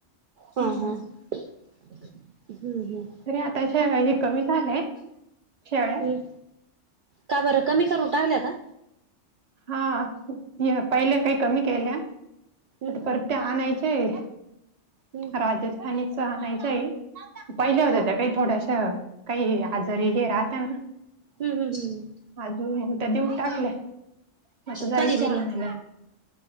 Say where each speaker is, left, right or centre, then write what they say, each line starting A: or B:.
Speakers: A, on the right (about 55°); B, on the right (about 35°).
A: हा
B: हम्म.
A: हा हम्म हम्म
B: अरे आता श ह कमी झालंय शेळ
A: ह् का बरं कमी करून टाकल्या का
B: हा या पहिल्या काही कमी केल्या
A: हम्म
B: आता पर ते आणायचे आहे
A: हम्म
B: राजस्थानीच आणायचं आहे पहिले
A: हम्म
B: होत त्या काही थोडस काही आजारी हे राहत ना
A: हम् हम् हम् ह
B: अजून त्या देऊन टाकलं म जायच
A: कधी दिल्या
B: आमला